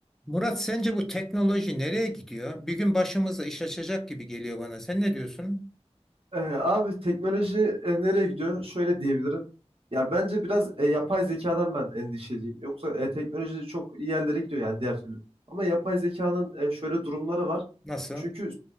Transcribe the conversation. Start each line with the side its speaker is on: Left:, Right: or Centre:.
Centre: Murat sence bu teknoloji nereye gidiyor? Bir gün başımıza iş açacak gibi geliyor bana. Sen ne diyorsun?
Right: Ee, abi teknoloji e, nereye gidiyor? Şöyle diyebilirim. Ya bence biraz e, yapay zekadan ben endişeliyim. Yoksa e, teknoloji çok iyi yerlere gidiyor yani diğer türlü. Ama yapay zekanın e, şöyle durumları var.
Centre: Nasıl?
Right: Çünkü